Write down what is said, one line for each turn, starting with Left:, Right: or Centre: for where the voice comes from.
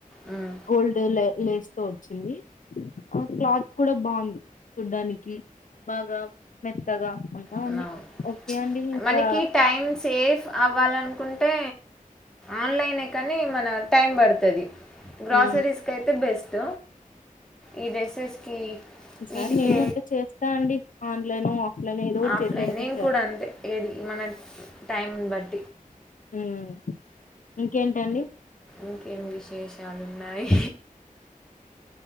Centre: మ్మ్
Left: గోల్డ్ లేస్తే వచ్చింది ఆ క్లాత్ కూడా బాగుంది చూడ్డానికి బాగా మెత్తగా అంతా
Centre: అవును.
Left: ఉంది ఓకే అండి ఇంకా
Centre: మనకి టైం సేవ్ అవ్వాలనుకుంటే ఆన్లైనే కానీ మన టైం పడుతుంది గ్రాసరీస్కి
Left: మ్మ్
Centre: అయితే బెస్ట్ ఈ డ్రెస్సెస్‌కి
Left: ఈసారి
Centre: వీటికి
Left: నేను అట్లా చేస్తా అండి ఆన్లైన్ ఆఫ్లైన్ ఏదో ఒకటి
Centre: ఆఫ్లైన్
Left: చేసేయడమే
Centre: నేను
Left: ఈసారి
Centre: కూడా అంతే ఏది మన టైం ఉ బట్
Left: ఉమ్ ఇంకేంటండి
Centre: ఇంకేం విశేషాలు ఉన్నాయి